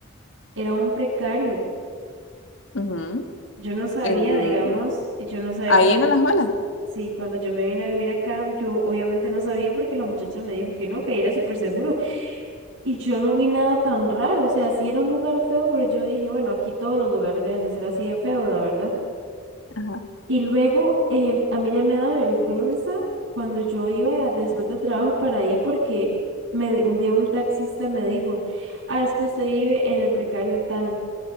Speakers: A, on the right; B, on the left.
A: era un precario.
B: Ujú.
A: Yo no sabía,
B: En-
A: digamos, yo no sabía
B: ahí
A: cuando
B: en
A: yo,
B: Alajuela.
A: sí, cuando yo me vine a vivir acá, yo obviamente no sabía porque la muchacha me dijo que no, que era súper seguro. Y yo no vi nada tan raro, o sea, sí era un lugar feo, pero yo dije, bueno, aquí todos los lugares deben de ser así de feo, la verdad.
B: Ajá,
A: Y luego em, a mí ya me daba vergüenza cuando yo iba después del trabajo para ahí porque me, di- un día un taxista me dijo, ah, es que usted vive en el precario tal.